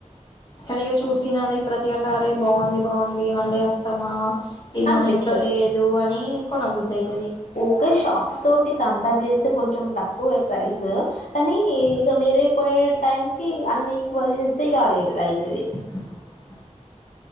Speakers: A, on the left; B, on the left.
A: కనీక చూసినది ప్రతి అళ్లరే బాగుంది బాగుంది మళ్ళీ వస్తామా ఇది
B: అనిపిస్తది
A: మన ఇంట్లో లేదు అని కొనబుద్దు అయితది
B: ఓకే షాప్స్ తోటి కంపేర్ చేస్తే కొంచెం తక్కువ ప్రైస్ కానీ ఇక వేరే కొనే టైం కి అన్ని ఈకువల్ చేస్తే ఇగా అదే రైతది
A: <inaudible>